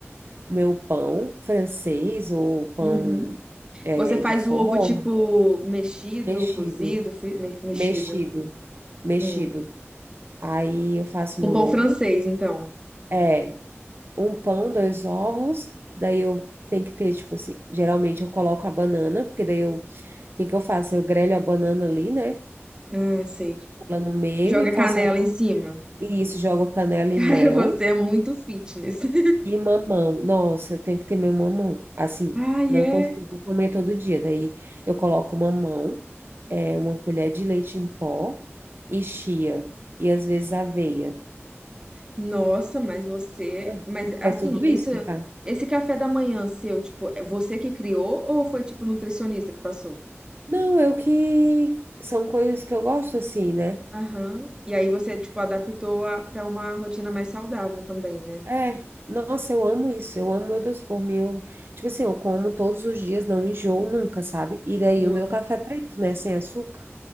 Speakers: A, on the right; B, on the right.
A: meu pão francês ou pão
B: Uhum.
A: é,
B: Você faz
A: de forno,
B: o ovo tipo mexido,
A: mexido,
B: cozido, fri- me- mexido.
A: mexido, mexido.
B: Hum.
A: Aí eu faço
B: Com
A: meu
B: pão
A: ovo,
B: francês, então.
A: é um pão, dois ovos, daí eu tenho que ter, tipo assim, geralmente eu coloco a banana, porque daí eu, o que que eu faço? Eu grelho a banana ali, né?
B: Ah, sei.
A: Ela no meio
B: Joga
A: e
B: canela
A: faço, ela-
B: em cima.
A: e isso, jogo canela
B: <laughs> Cara,
A: e mel.
B: você é muito fitness. <laughs>
A: E mamão, nossa, eu tenho que ter meu mamão. Assim,
B: Ai,
A: não
B: é.
A: consigo comer todo dia. Daí eu coloco mamão, é, uma colher de leite em pó e chia. E às vezes aveia.
B: Nossa, mas você.
A: Ah,
B: Mas assim,
A: É tudo
B: isso,
A: isso, tá?
B: esse café da manhã seu, tipo, é você que criou ou foi tipo nutricionista que passou?
A: Não, eu que. São coisas que eu gosto assim, né?
B: Aham. E aí você, tipo, adaptou a, pra uma rotina mais saudável também, né?
A: É. Nossa, eu amo isso. Eu amo meu doce por mim. Eu... Tipo assim, eu como todos os dias, não enjoo nunca, sabe? E daí
B: Sim.
A: o meu café é preto, né? Sem açúcar.